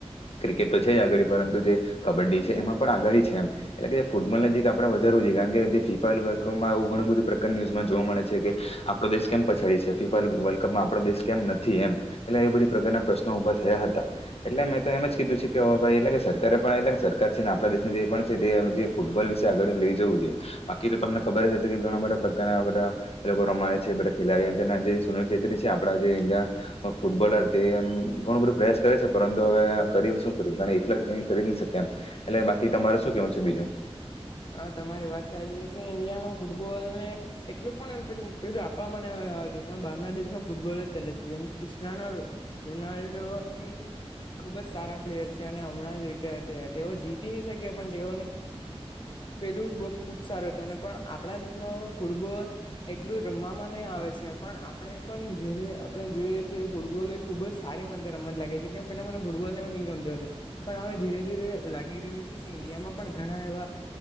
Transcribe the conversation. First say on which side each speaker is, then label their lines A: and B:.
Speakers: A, on the left; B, on the left.
A: ક્રિકેટ તો છે જ આગળ પરંતુ જે કબડ્ડી છે એમાં પણ આગળ છે એમ. એટલે કે જે ફૂટબોલ નજીક આપડે વધારવું જોઈએ કારણ કે જે ફિફા વર્લ્ડ કપમાં એવું ઘણું બધું પ્રકારનુ ન્યુઝમાં જોવા મળે છે કે આપડો દેશ કેમ પછાડી છે ફિફા વર્લ્ડ કપમાં આપડો દેશ કેમ નથી એમ. એટલે એ બધી પ્રકારના પ્રશ્નો ઉભા થયા હતા. એટલે મેં તો એમ જ કીધું છે કે ભાઈ એટ લ સરકારે પણ એટલા સરકાર છે ને આપણા દેશની જે પણ છે તે ફૂટબોલ વિશે આગળ લઈ જવું જોઈએ બાકી તો તમને ખબર જ હતી કે ઘણા બધા પ્રકારના આવા બધા એ લોકો રમાય છે બધા ખેલાડીઓ તેના જે સુનિલ ચૈત્રી છે આપણા જે ઇન્ડિયા ફૂટબોલર તે એમ ઘણું બધું પ્રયાસ કરે છે પરંતુ હવે કર શું કરું તણે એકલા જ કે કરી જ નહી શકેય એમ. એટલે બાકી તમારે શું કેવું છે બીજું
B: હા તમારી વાત સારી છે કે ઇન્ડિયામાં ફૂટબોલ ને એટલું પણ એ પેલું પેલું આપવામાં નઈ આવતું પણ બહારના દેશમાં ફૂટબોલ જ ચાલે છે જેમ કે ક્રષ્ણાનો રોનાલ્ડો એ ખુબ જ સારા પ્લેયર છે અને હમણાં જ રિટાયર થયા તેઓ જીતી નહી શક્યા પણ તેઓ ની પેલું ખુબ સારો હતું અને પણ આપણા દેશમાં પણ ફૂટબોલ એટલું રમવામાં નહી આવે છે પણ આપણે પણ જયારે આપણે જોઈએ કે ફૂટબોલ એક ખુબ જ સારી મનતો રમત લાગે છે કેમ પેલા મને ફૂટબોલને એવું નહ ગમતું પણ હવે ધીરે ધીરે લાગી રહ્યું છે કે ઈન્ડિયામાં પણ ઘણા એવા